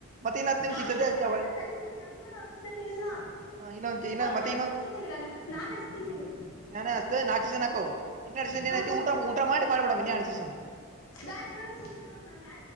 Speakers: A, on the right (about 35°); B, on the left (about 70°).
A: ಮತ್ತೆ ಇನ್ನ ಹತ್ತು ನಿಮಿಷ
B: ತಾನಾಗಿ
A: ಈಗ ಸದ್ಯ ಅಷ್ಟೇ
B: ಕಟ್ಟಾಗುತ್ತೆ ತಡಿ ಕಟ್ ಮಾಡೋ ಅವಶ್ಯಕತೆ ಇಲ್ಲ
A: ಇನ್ನೊಂದ್ ಇನ್ನೊಂದ್
B: ಒಳ್ಳ್
A: ಮತ್ತೆ
B: ನಾನ್
A: ಇನ್ನೊಂದ್
B: ಅಸ್ತೀನಿ ನಿನ್ಗ ನಾನ್ ಅಸ್ತೀನಿ ನಿನ್ಗ
A: ನಾನೇ ಅಸ್ತೀನ್ ನಾಕ್ ಸೀಸನ್ ಹಾಕವು ಇನ್ ಎರಡ್ ಸೇಶನ್
B: ಹ್ಮ್
A: ಐತಿ ಊಟ ಊಟ ಮಾಡಿ ಮಾಡ್ ಬಿಡಮ್ಮಿ ಇನ್ನು ಎರಡ್ ಸೇಷನ್
B: ಬಾರ್ ಇವಾಗ ಮುಕ್ಸ್ ಬಿಡಣ ಬಾ